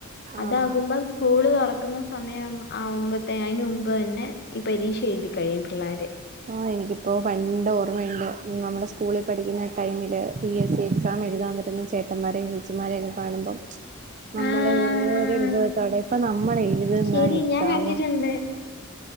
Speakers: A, on the left (about 50°); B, on the right (about 35°).
A: അതാകുമ്പം
B: ആണോ?
A: സ്കൂള് തുറക്കുന്ന സമയം ആകുമ്പോത്തേൻ ആയി ന്റെ മുമ്പ് തന്നെ ഈ പരീക്ഷ എഴുതി കഴിയും പിള്ളേരെ
B: ആഹ് എനിക്കിപ്പോൾ പണ്ട് ഓർമ്മയുണ്ട് നമ്മുടെ സ്കൂളിൽ പഠിക്കുന്ന ടൈമില് പി എസ് സി എക്സാം എഴുതാൻ വരുന്ന ചേട്ടന്മാരെയും ചേച്ചിമാരെയൊക്കെ കാണുമ്പോ നമ്മൾ
A: ആഹ്
B: എന്തൊരു അൽഭുദത്തോടെ ഇപ്പൊ നമ്മൾ എഴുതുന്ന
A: ശരി
B: എക്സാം
A: ഞാൻ കണ്ടിട്ടുണ്ട്